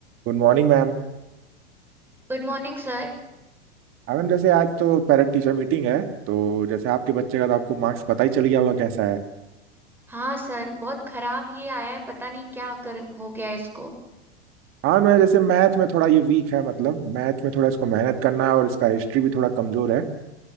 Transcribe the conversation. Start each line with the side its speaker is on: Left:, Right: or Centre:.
Right: Good morning ma'am
Centre: Good morning sir
Right: हाँ ma'am जैसे आज तो पेरेंट टीचर मीटिंग है तो जैसे आपके बच्चे का तो आपको मार्क्स पता ही चल गया होगा कैसा है
Centre: हाँ sir बहुत खराब ये आया है पता नहीं क्या कर हो गया है इसको
Right: हाँ मैं जैसे मैथ में थोड़ा ये वीक है मतलब मैथ में थोड़ा इसको मेहनत करना है और इसका हिस्ट्री भी थोड़ा कमजोर है